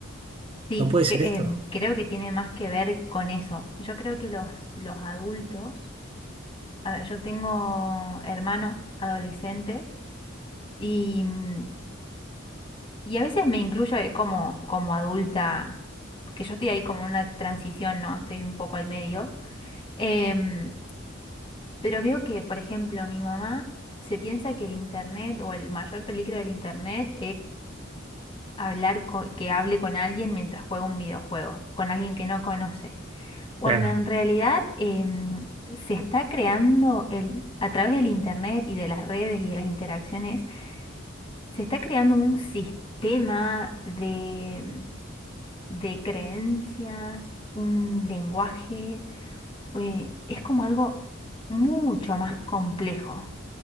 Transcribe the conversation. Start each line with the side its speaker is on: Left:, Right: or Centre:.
Left: Sí,
Right: no puede ser
Left: que, em,
Right: esto.
Left: creo que tiene más que ver con eso. Yo creo que los, los adultos, a ver, yo tengo hermanos adolescentes y, mm, y a veces me incluyo eh, como, como adulta, que yo estoy ahí como en una transición, ¿no? Estoy un poco al medio. Em, pero veo que, por ejemplo, mi mamá se piensa que el internet o el mayor peligro del internet hablar co- que hable con alguien mientras juega un videojuego, con alguien que no conoce, cuando
Right: Claro,
Left: en realidad em, se está creando el, a través del internet y de las redes y de las interacciones, se está creando un sistema de, de creencias, un lenguaje, eh, es como algo mucho más complejo.